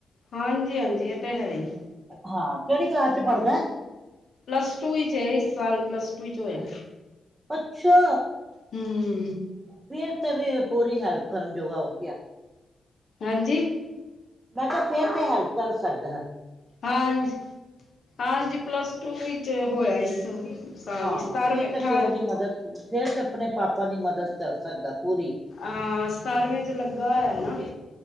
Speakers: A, on the left (about 65°); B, on the right (about 30°).
A: ਹਾਂਜੀ-ਹਾਂਜੀ, ਐਹ ਤਾਂ ਹੈ ਈ।
B: ਹਾ, ਕੇੜੀ ਕਲਾਸ 'ਚ ਪੜ੍ਹਦੈ?
A: ਪਲੱਸ-ਟੂ 'ਚ ਏ, ਇਸ ਸਾਲ ਪਲੱਸ-ਟੂ 'ਚ ਹੋਇਐ।
B: ਅੱਛਾ।
A: ਹੂੰ।
B: ਫੇਰ ਤੇ ਵੀ ਪੂਰੀ ਹੈਲਪ ਕਰਨ ਜੋਗਾ ਹੋ ਗਿਆ।
A: ਹਾਂਜੀ।
B: ਮੈਂ ਕੇਆ ਫੇਰ 'ਤੇ ਹੈਲਪ ਕਰ ਸਕਦੈ।
A: ਹਾਂਜ-ਹਾਂਜੀ, ਪਲੱਸ-ਟੂ ਵਿੱਚ ਹੋਇਆ ਇਸ ਸਾਲ
B: ਹਾਂ,
A: ਹੀ ਸਤਾਰਵੇਂ
B: ਫੇਰ
A: ਅਠਾਰ
B: 'ਤੇ ਪਿਓ ਦੀ ਮਦਦ ਪੂਰੀ, ਫੇਰ 'ਤੇ ਆਪਨੇ ਪਾਪਾ ਦੀ ਮਦਦ। ਕਰ ਸਕਦਾ ਪੂਰੀ
A: ਆਹ, ਸਤਾਰਵੇ ਚ ਲੱਗਾ ਹੋਇਐ ਨਾ।